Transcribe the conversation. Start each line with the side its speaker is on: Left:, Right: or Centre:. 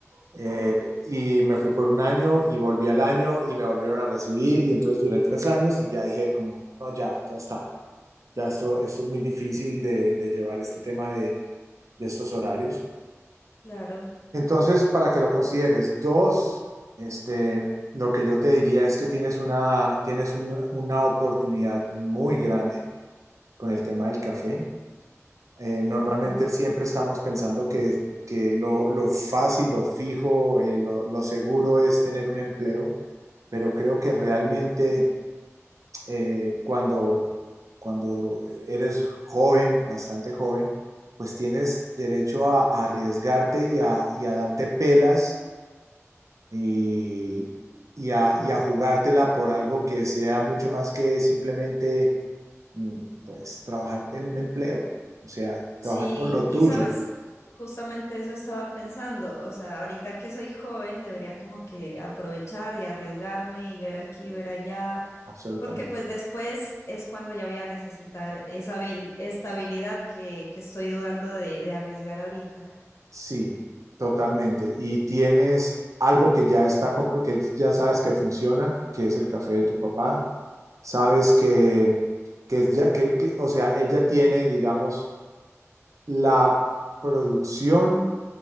Right: eh, y me fui por un año y volví al año y me volvieron a recibir y entonces duré tres años y ya dije como, no, ya, ya está ya esto, esto es muy difícil de, de llevar este tema de, de estos horarios.
Left: claro.
Right: Entonces, para que lo consideres, dos, este, lo que yo te diría es que tienes una, tienes un- una oportunidad muy grande con el tema del café. Eh, normalmente
Left: Ujú.
Right: siempre estamos pensando que, que lo, lo fácil, lo fijo, eh, lo, lo seguro es tener un empleo, pero creo que realmente eh, cuando, cuando eres joven, bastante joven, pues tienes derecho a, a arriesgarte y a, y a darte pelas y, y, a, y a jugártela por algo que sea mucho más que simplemente, mm, pues, trabajar en un empleo, o sea,
Left: Sí,
Right: trabajar por lo
Left: y
Right: tuyo,
Left: sabes, justamente eso estaba pensando. O sea, ahorita que soy joven, debería como que aprovechar y arriesgarme y ver aquí, ver allá,
Right: absolutamente.
Left: porque pues después es cuando ya voy a necesitar esa habil- estabilidad que, que estoy dudando de, de arriesgar ahorita.
Right: Sí, totalmente. Y tienes algo que ya está, comp- que ya sabes que funciona, que es el café de tu papá. Sabes que, que, ya, que, que- o sea, él ya tiene, digamos, la producción